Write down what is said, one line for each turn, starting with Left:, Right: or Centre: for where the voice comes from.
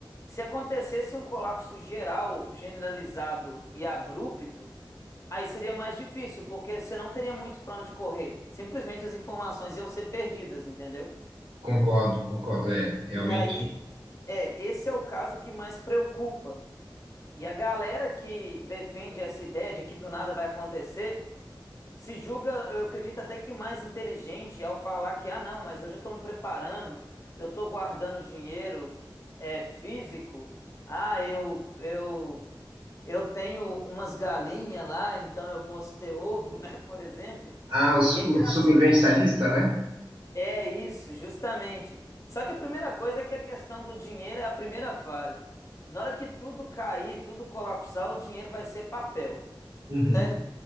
Left: se acontecesse um colapso geral, generalizado e abrupto, aí seria mais difícil, porque você não teria muito para onde correr. Simplesmente as informações iam ser perdidas, entendeu?
Right: Concordo, concordo, é realmente.
Left: E aí, é, esse é o caso que mais preocupa, E a galera que defende essa ideia de que do nada vai acontecer, se julga, eu acredito até que mais inteligente ao falar que, ah, não, mas eu já estou me preparando, eu estou guardando dinheiro é, físico, ah, eu, eu, eu tenho umas galinhas lá, então eu posso ter ovo, <laughs> né, por exemplo.
Right: Ah, o, so-
Left: E é engraçado.
Right: o sobrevivencialista, né?
Left: É isso, justamente. Só que a primeira coisa é que a questão do dinheiro é a primeira falha. Na hora que tudo cair, tudo colapsar, o dinheiro vai ser papel,
Right: Uhum.
Left: né?